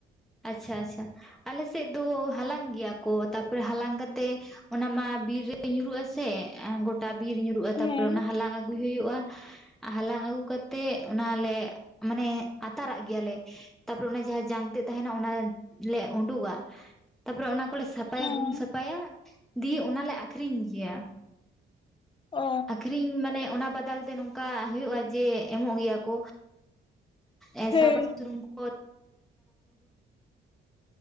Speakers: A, in the centre; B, on the left (about 25°).
A: ᱟᱪᱪᱷᱟ ᱟᱪᱪᱷᱟ ᱟᱞᱮ ᱥᱮᱫ ᱫᱚ ᱦᱟᱞᱟᱝ ᱜᱮᱭᱟ ᱠᱚ ᱛᱟᱯᱚᱨᱮ ᱦᱟᱞᱟᱝ ᱠᱟᱛᱮ ᱚᱱᱟ ᱢᱟ ᱵᱤᱨ ᱨᱮ ᱧᱩᱨᱩᱜ ᱟᱥᱮ ᱜᱚᱴᱟ ᱵᱤᱨ ᱧᱩᱨᱩᱜᱼᱟ
B: ᱦᱮᱸ
A: ᱛᱟᱯᱚᱨᱮ ᱚᱱᱟ ᱦᱟᱞᱟᱝ ᱜᱩᱭ ᱦᱩᱭᱩᱜᱼᱟ ᱦᱟᱞᱟᱝ ᱟᱹᱜᱩ ᱠᱟᱛᱮᱜ ᱚᱱᱟ ᱞᱮ ᱢᱟᱱᱮ ᱟᱛᱟᱨᱟᱜ ᱜᱮᱭᱟᱞᱮ ᱾ ᱛᱟᱯᱚᱨᱮ ᱚᱱᱟ ᱡᱟᱦᱟ ᱡᱟᱝ ᱾ ᱛᱮᱫ ᱛᱟᱦᱮᱱᱟ ᱚᱱᱟ ᱞᱮ ᱳᱰᱳᱜᱟ ᱛᱟᱯᱚᱨᱮ ᱚᱱᱟ ᱠᱚᱞᱮ ᱥᱟᱯᱷᱟᱭᱟ
B: ᱦᱮᱸ
A: ᱜᱩᱢ ᱥᱟᱯᱷᱟᱭᱟ ᱾ ᱫᱤᱭᱮ ᱚᱱᱟᱞᱮ ᱟᱹᱠᱷᱨᱤᱧ ᱜᱮᱭᱟ
B: ᱚ
A: ᱟᱠᱷᱨᱤᱧ ᱢᱟᱱᱮ ᱚᱱᱟ ᱵᱟᱫᱟᱞ ᱛᱮ ᱱᱚ ᱠᱟ ᱦᱳᱭᱳᱜᱼᱟ ᱡᱮ ᱮᱢᱚᱜ ᱜᱮᱭᱟ ᱠᱚ ᱾ ᱮ
B: ᱦᱮᱸ
A: ᱥᱟᱵᱟᱱ ᱥᱩᱱᱩᱢ <inaudible>